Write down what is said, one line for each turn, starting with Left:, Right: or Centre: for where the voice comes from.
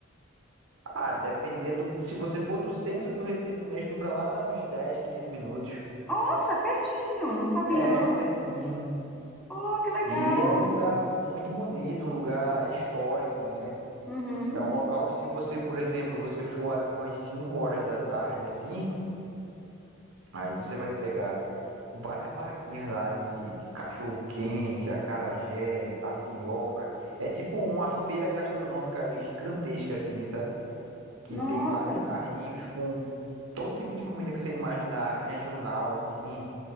Right: ah, depender do. Se você for do centro do Recife mesmo, pra lá dá uns 10 15 minutos.
Centre: Nossa, pertinho. Não sabia,
Right: É,
Centre: não.
Right: pertinho.
Centre: Oh, que legal.
Right: E é um lugar muito bonito, um lugar histórico, né?
Centre: Uhum.
Right: É um local que, se você, por exemplo, você for ali umas 5 horas da tarde, assim, aí você vai pegar. Várias barraquinhas lá de de cachorro-quente, acarajé, tapioca. É tipo uma feira gastronômica gigantesca, assim, sabe? Que
Centre: Nossa.
Right: tem vários carrinhos com todo tipo de comida que você imaginar regional, assim.